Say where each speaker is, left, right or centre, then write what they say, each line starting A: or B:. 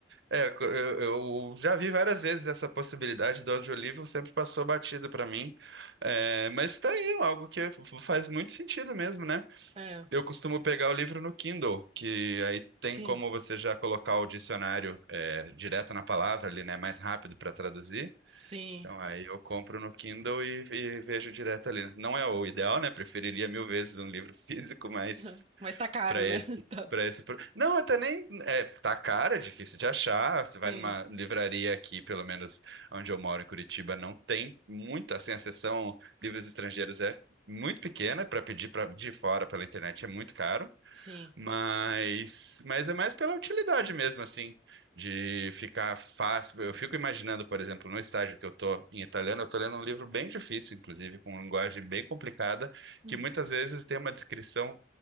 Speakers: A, on the right; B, on the right.
A: É, co- eu, eu já vi várias vezes essa possibilidade do audiolivro, sempre passou batido pra mim. É, mas tá aí, algo que f- faz muito sentido mesmo, né?
B: É.
A: Eu costumo pegar o livro no Kindle, que aí tem
B: Sim,
A: como você já colocar o dicionário é, direto na palavra ali, né? Mais rápido para traduzir.
B: sim.
A: Então, aí eu compro no Kindle e, e vejo direto ali. né? Não é o ideal, né? Preferiria mil vezes um livro <laughs> físico, mas
B: <laughs> Mas tá caro,
A: para esse,
B: né? <laughs> Tá.
A: para esse, pro- não, até nem é, tá cara, difícil de achar. Você vai
B: Sim,
A: numa livraria aqui, pelo menos onde eu moro em Curitiba, não tem muito, assim, a seção livros estrangeiros é muito pequena para pedir pra, de fora pela internet é muito caro.
B: sim.
A: Mas, mas é mais pela utilidade mesmo, assim, de ficar fácil. Eu fico imaginando, por exemplo, no estágio que eu tô em italiano, eu tô lendo um livro bem difícil, inclusive, com linguagem bem complicada,
B: Hum.
A: que muitas vezes tem uma descrição